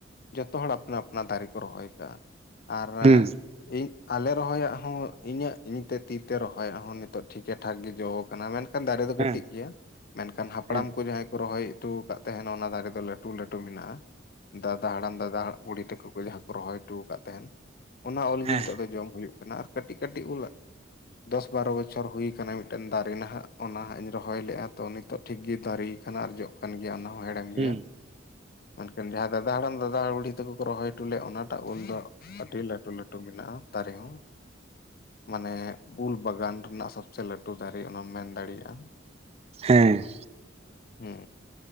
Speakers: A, on the left; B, on the right.
A: ᱡᱚᱛᱚ ᱦᱚᱲ ᱟᱯᱱᱟ ᱟᱯᱱᱟ ᱫᱟᱨᱮ ᱠᱚ ᱨᱚᱦᱚᱭ ᱠᱟᱜᱼᱟ, ᱟᱨ
B: ᱦᱩᱸ
A: ᱤᱧ ᱟᱞᱮ ᱨᱚᱦᱚᱭᱟᱜ ᱦᱚᱸ ᱤᱧᱟᱹᱜ ᱤᱧ ᱛᱮ ᱛᱤ ᱛᱮ ᱨᱚᱦᱚᱟᱜ ᱦᱚᱸ ᱱᱤᱛᱚᱜ ᱴᱷᱤᱠᱮ ᱴᱷᱟᱠ ᱜᱮ ᱡᱚ ᱟᱠᱟᱱᱟ, ᱢᱮᱱ ᱫᱟᱨᱮ ᱫᱚ
B: ᱦᱮᱸ
A: ᱠᱟᱹᱴᱤᱡ ᱜᱮᱭᱟ ᱢᱮᱱᱠᱷᱟᱱ ᱦᱟᱯᱲᱟᱢ
B: ᱦᱮᱸ
A: ᱠᱚ ᱡᱟᱦᱟᱸᱭ ᱨᱚᱦᱚᱭ ᱦᱚᱴᱚ ᱟᱠᱟᱫ ᱛᱟᱦᱮᱱᱟ ᱚᱱᱟ ᱫᱟᱨᱮ ᱫᱚ ᱞᱟᱹᱴᱩ ᱞᱟᱹᱴᱩ ᱢᱮᱱᱟᱜᱼᱟ ᱫᱟᱫᱟ ᱦᱟᱲᱟᱢ ᱫᱟᱫᱟ ᱵᱲᱦᱤ ᱛᱟᱠᱚ ᱠᱚ ᱡᱟᱦᱟᱸ ᱠᱚ ᱨᱚᱦᱚᱭ ᱦᱚᱴᱚ ᱟᱠᱟᱫ ᱛᱟᱦᱮᱸᱱ ᱚᱱᱟ ᱩᱞ ᱜᱮ
B: ᱦᱮᱸ
A: ᱱᱤᱛᱚᱜ ᱫᱚ ᱡᱚᱢ ᱦᱩᱭᱩᱜ ᱠᱟᱱᱟ ᱟᱨ ᱠᱟᱹᱴᱤᱡ ᱠᱟᱹᱴᱤᱡ ᱩᱞᱟᱜ ᱫᱚᱥ ᱵᱟᱨᱚ ᱵᱚᱪᱷᱚᱨ ᱦ ᱦᱩᱭ ᱟᱠᱟᱱᱟ ᱢᱤᱫᱴᱮᱱ ᱫᱟᱨᱮ ᱱᱟᱦᱟᱜ ᱚᱱᱟ ᱦᱟᱸᱜ ᱤᱧ ᱨᱚᱦᱚᱭ ᱞᱮᱫᱼᱟ ᱛᱚ ᱛᱚ ᱴᱷᱤᱠ ᱜᱮ ᱫᱟᱨᱮ ᱠᱟᱱᱟ ᱟᱨ ᱡᱚᱜ ᱠᱟᱱ ᱜᱮᱭᱟ ᱚᱱᱟ ᱦᱚᱸ ᱦᱮᱲᱮᱢ ᱜᱮᱭᱟ
B: ᱦᱩᱸ
A: ᱢᱮᱱᱠᱷᱟᱱ ᱡᱟᱦᱟᱸ ᱫᱟᱫᱟ ᱦᱟᱲᱟᱢ ᱫᱟᱫᱟ ᱵᱩᱲᱦᱤ ᱛᱮᱠᱚ ᱨᱚᱦᱚᱭ ᱦᱚᱴᱚ ᱞᱮᱫᱭᱟ ᱚᱱᱟᱴᱟᱜ ᱩᱞ ᱫᱚ ᱟᱹᱰᱤ ᱞᱟᱹᱴᱩ ᱞᱟᱹᱴᱩ ᱢᱮᱱᱟᱜᱼᱟ ᱫᱟᱨᱮ ᱦᱚᱸ ᱢᱟᱱᱮ ᱩᱞ ᱵᱟᱜᱟᱱ ᱨᱮᱱᱟᱜ ᱥᱚᱵᱪᱮ ᱞᱟᱹᱴᱩ ᱫᱟᱨᱮ ᱚᱱᱟᱢ ᱢᱮᱱ ᱫᱟᱲᱮᱭᱟᱜᱼᱟ᱾
B: ᱦᱮᱸ᱾
A: ᱦᱩᱸ